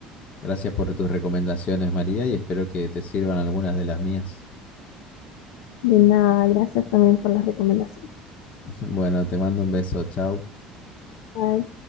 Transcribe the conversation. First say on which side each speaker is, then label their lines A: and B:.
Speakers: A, on the left (about 50°); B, on the left (about 80°).
A: Gracias por tus recomendaciones, María, y espero que te sirvan algunas de las mías.
B: De nada, gracias también por la recomendación.
A: <laughs> Bueno, te mando un beso, chao.
B: Bye.